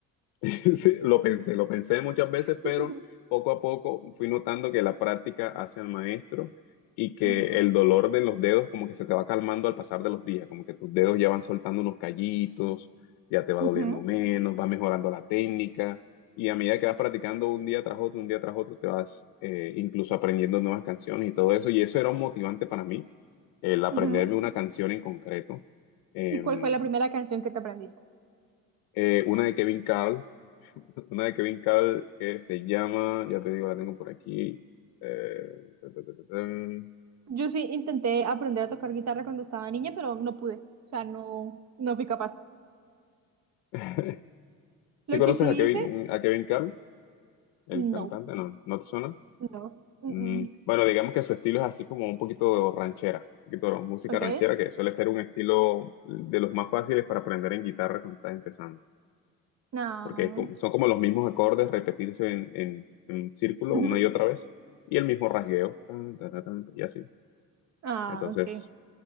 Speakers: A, on the left; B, on the right.
A: <laughs> Sí, lo pensé, lo pensé muchas veces,
B: <laughs>
A: pero poco a poco fui notando que la práctica hace al maestro y que
B: Ujú,
A: el dolor de los dedos como que se te va calmando al pasar de los días, como que tus dedos ya van soltando unos callitos, ya te va
B: ujú,
A: doliendo menos, va mejorando la técnica y a medida que vas practicando un día tras otro, un día tras otro, te vas eh, incluso aprendiendo nuevas canciones y todo eso y eso era un motivante para mí, el aprenderme
B: ujú.
A: una canción en concreto. Em,
B: ¿Y cuál fue la primera canción que te aprendiste?
A: eh, una de Kevin Carl una de Kevin Cabl que se llama, ya te digo, la tengo por aquí. Eh, <laughs> ta, ta, ta, ta, tan.
B: Yo sí intenté aprender a tocar guitarra cuando estaba niña, pero no pude. O sea, no, no fui capaz.
A: <laughs> ¿Sí
B: Lo
A: conoces
B: que sí
A: a Kevin,
B: hice,
A: a Kevin Carl, el
B: no,
A: cantante? No, ¿no te suena?
B: no. mm,
A: Mm,
B: mm.
A: bueno, digamos que su estilo es así como un poquito ranchera, un poquito de música
B: ¿Ok?
A: ranchera, que suele ser un estilo de los más fáciles para aprender en guitarra cuando estás empezando,
B: No.
A: porque es como- son como los mismos acordes repetirse en, en, en círculo
B: Ujú.
A: una y otra vez, y el mismo rasgueo, tan, tan, tan, tan, y así.
B: Ah,
A: Entonces,
B: ok.